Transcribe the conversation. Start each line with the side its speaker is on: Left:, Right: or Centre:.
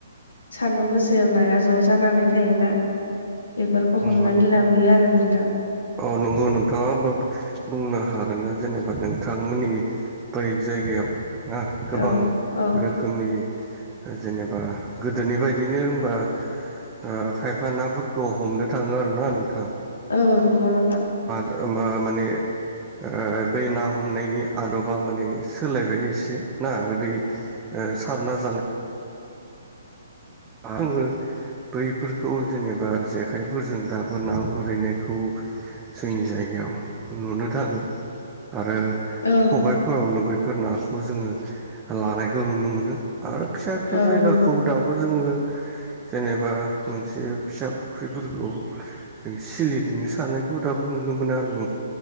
Left: सानदुं गोसायाव नाया ज' जानानै थायोना। बेफोरखौ
Right: नंगौ
Left: हमनानै
Right: नों
Left: लाबोयो आरो नोंथां।
Right: औ नंगौ नोंथाङा होमबा बुंनो हागोन ना जेनेबा नोंथांमोननि बै जायगायाव। ना गोबां
Left: औ औ
Right: रोखोमनि। जेनेबा गोदोनि बायदिनो होनबा ओ खायफा नाफोरखौ हमनो थाङो आरोना नोंथां।
Left: औ नंगौ नोंथां।
Right: ओ मा माने ओ बै ना हमनायनि आदबा माने सोलायबाय एसे ना बे। ओ सारना जानाय। आङो बैफोरखौ जेनेबा जेखाइफोरजों दाबो ना गुरैनायखौ। जोंनि जायगायाव नुनो थाङो। आरो
Left: औ
Right: खबायाइफोरावनो बे बे नाखौ जोङो लानायखौ नुनो मोनो आरो फिसा फिसा
Left: औ
Right: जायगाखौ
Left: नंगौ
Right: दाबो। जोङो। जेनेबा मोनसे फिसा फुख्रिफोरखौ जों सिलिदिनो सानायखौ दाबो नु नुनो मोनो आरो नों